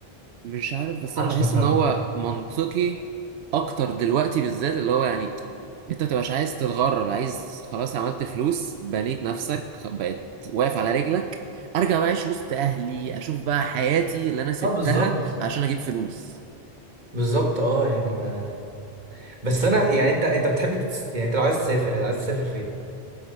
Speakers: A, on the right; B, on the right.
A: مش عارف بس
B: محدش
A: انا بحس
B: هيفهمه
A: ان هو منطقي اكتر دلوقتي بالذات اللي هو يعني انت متبقاش عايز تتغرب عايز خلاص عملت فلوس بنيت نفسك خ- بقيت واقف على رجلك ارجع بقى اعيش وسط اهلي اشوف بقى حياتي اللي انا سبتها
B: اه بالظبط
A: عشان اجيب فلوس
B: بالظبط اه يعني ما بس انا يعني انت انت بتحب تس... يعني انت لو عايز تسافر عايز تسافر فين؟